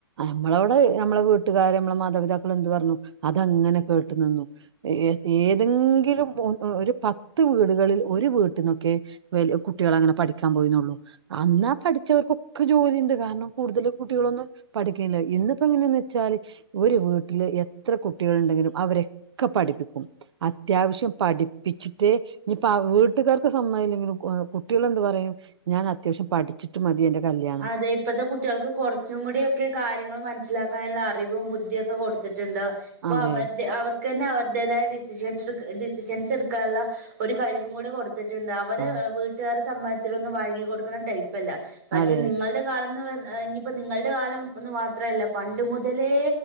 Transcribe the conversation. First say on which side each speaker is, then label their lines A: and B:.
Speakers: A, on the right; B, on the right.
A: അമ്മളോട് നമ്മളെ വീട്ടുകാര് നമ്മളെ മാതാപിതാക്കള് എന്ത് പറഞ്ഞു അതങ്ങനെ കേട്ടു നിന്നു എ ഏ ഏതെങ്കിലും ഒ ഒ ഒരു പത്ത് വീടുകളിൽ ഒരു വീട്ടിന്നൊക്കെ വെല്യ കുട്ടികൾ അങ്ങനെ പഠിക്കാൻ പോയിനുള്ളു അന്നാ പഠിച്ചവർക്കൊക്കെ ജോലിണ്ട് കാരണം കൂടുതൽ കുട്ടികളൊന്നും പഠിക്കയില്ല ഇന്നിപ്പോ എങ്ങനെയെന്ന് വെച്ചാല് ഒരു വീട്ടില് എത്ര കുട്ടികൾണ്ടെങ്കിലും അവരൊക്കെ പഠിപ്പിക്കും അത്യാവശ്യം പഠിപ്പിച്ചിട്ട് ഇനിപ്പ അവ വീട്ടുകാർക്ക് സമ്മതല്ലെങ്കിലും ഏ കുട്ടികളെന്ത് പറയും ഞാൻ അത്യാവശ്യം പഠി ച്ചിട്ട് മതി എന്റെ കല്യാ
B: അതെ ഇപ്പത്തെ കു കുട്ടിയേൾക്ക് കൊറച്ചും കൂടി ഒക്കെ കാര്യങ്ങള് മനസ്സിലാക്കാനുള്ള അറിവും ബുദ്ധിയും ഒക്കെ കൊടുത്തിട്ടുണ്ട് ഇപ്പൊ
A: അതെ
B: അവരുടെ അവർക്ക് തന്നെ അവരുടേതായ ഡിസിഷൻസ് എടു ഡിസിഷൻസ് എടുക്കാൻള്ള ഒരു കഴിവും കൂടി കൊടുത്തിട്ടുണ്ട് അവര്
A: ആ
B: വീട്ടുകാർ സമ്മതത്തിനൊന്നും വഴങ്ങി കൊടുക്കണ ടൈപ്പല്ല പക്ഷെ
A: അതെ
B: നിങ്ങളുടെ കാലംന്ന് ഏ ഇനിയിപ്പോ നിങ്ങളുടെ കാലം എന്ന് മാത്രല്ല പണ്ട് മുതലേ